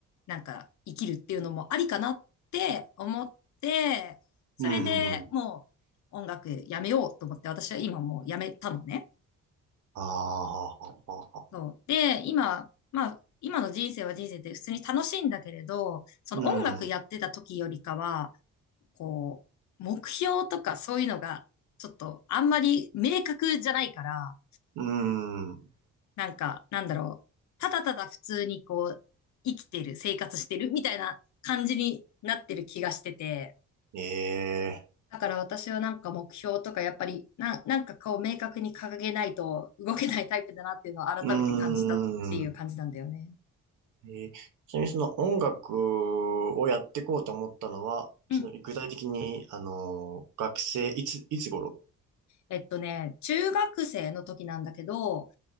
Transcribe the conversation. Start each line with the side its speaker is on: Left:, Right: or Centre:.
Left: なんか生きるっていうのもありかなって思って、それでもう音楽やめようと思って私は今もうやめたのね。
Right: うん。うん。ああ、はははは。
Left: そう。で、今、まあ、今の人生は人生で普通に楽しいんだけれど、その音楽やってた時よりかは、
Right: う
Left: こう、目標とかそういうのが、ちょっとあんまり明確じゃないから、
Right: ん。うん。
Left: なんか、なんだろう、ただただ普通にこう、生きてる、生活してるみたいな感じになってる気がしてて、
Right: ええ。
Left: だから私はなんか目標とかやっぱりな、なんかこう明確に掲げないと動けないタイプだなっていうのを改めて感じたっていう感じなんだよね。
Right: うん。えー、ちなみにその音楽をやっていこうと思ったのは、
Left: うん
Right: その具体的に、あの、学生、いつ、いつ頃
Left: えっとね、中学生の時なんだけど、